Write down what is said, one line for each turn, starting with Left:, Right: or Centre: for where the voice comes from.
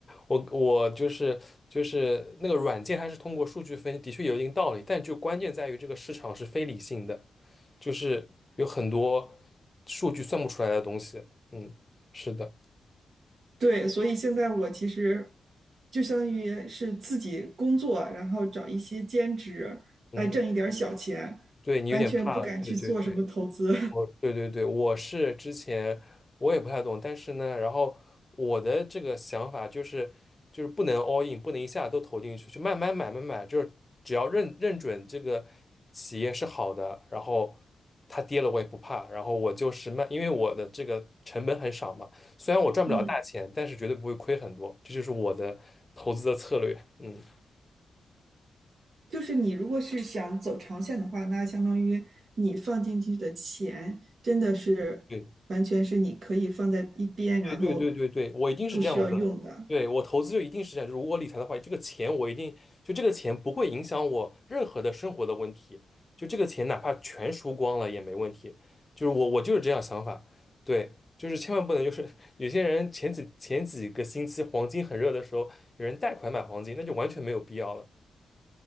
Left: 我我就是就是那个软件，它是通过数据分析，的确有一定道理，但就关键在于这个市场是非理性的，就是有很多数据算不出来的东西。嗯，是的，
Right: 对，所以现在我其实就相当于是自己工作，然后找一些兼职来挣一点儿小钱，
Left: 嗯，对你有点怕了，
Right: 完全不敢去做什么投资，
Left: 对对对。哦，对对对，我是之前我也不太懂，但是呢，然后我的这个想法就是，就是不能 all in，不能一下都投进去，就慢慢买，慢慢买，就是只要认认准这个企业是好的，然后它跌了我也不怕，然后我就是慢，因为我的这个成本很少嘛，虽然我赚不了大钱，
Right: <laughs> 嗯。
Left: 但是绝对不会亏很多，这就是我的投资的策略。嗯，
Right: 就是你如果是想走长线的话，那相当于你放进去的钱真的是完全是你可以放在一边，
Left: 对
Right: 然后
Left: 对对对对对，我一定是这样子的。
Right: 不需要用的。
Left: 对，我投资就一定是这样，就是我理财的话，这个钱我一定就这个钱不会影响我任何的生活的问题，就这个钱哪怕全输光了也没问题。就是我我就是这样想法，对，就是千万不能就是 <laughs> 有些人前几前几个星期黄金很热的时候，有人贷款买黄金，那就完全没有必要了。